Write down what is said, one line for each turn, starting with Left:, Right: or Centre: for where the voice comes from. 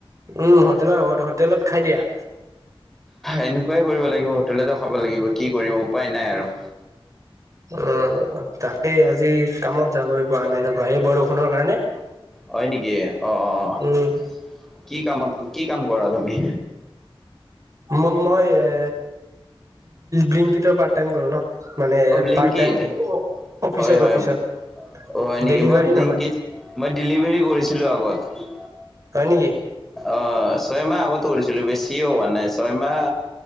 Right: উমঁ' হোটেলৰ হোটেলত খাই দিয়া।
Centre: এনেকুৱাই কৰিব লাগিব, হোটেলতে খাব লাগিব কি কৰিম উপায় নাই আৰু।
Right: উমঁ' তাকেই আজি কামত যাবই পৰা নাই, ৰবা সেই বৰষুণৰ কাৰণে।
Centre: হয় নেকি, অঁ' অঁ'
Right: উম,
Centre: কি কামত কি কাম কৰা তুমি?
Right: ম মই এ বিংকটৰ পাৰ্ট টাইম কৰো ন'। মানে
Centre: অ ব্লিংকিত
Right: পাৰ্ট টাইম অফিচত
Centre: হয় হয়
Right: অফিচত
Centre: অ হয় নেকি
Right: ডেলিভাৰী
Centre: মই ব্লিংকিত
Right: নহয়।
Centre: মই ডেলিভাৰী কৰিছিলোঁ আগত।
Right: হয় নেকি।
Centre: অঁ, ছয়মাহ আগতো কৰিছিলো, বেছিও হোৱা নাই ছয় মাহ